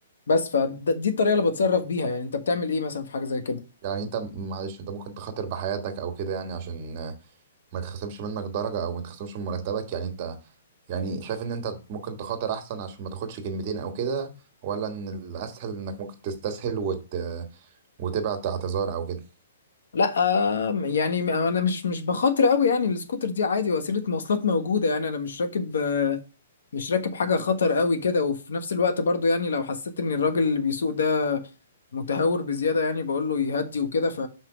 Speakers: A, on the left (about 80°); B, on the right (about 35°).
A: بس فدي الطريقه اللي بتصرف بيها يعني انت بتعمل ايه مثلا في حاجه زي كده
B: يعني انت معلش انت ممكن تخاطر بحياتك او كده يعني عشان آه، ما يتخصمش منك درجة او ما يتخصمش من مرتبك يعني انت يعني شايف ان انت ممكن تخاطر احسن عشان ما تاخدش كلمتين او كده ولا ان الاسهل انك ممكن تستسهل وت... وتبعت اعتذار او كده
A: لا آه، يعني انا مش مش بخاطر قوي يعني السكوتر دي عادي وسيله مواصلات موجوده يعني انا مش راكب آه، مش راكب حاجه خطر قوي كده وفي نفس الوقت برضو يعني لو حسيت ان الراجل اللي بيسوق ده متهور بزياده يعني بقول له يهدي وكده ف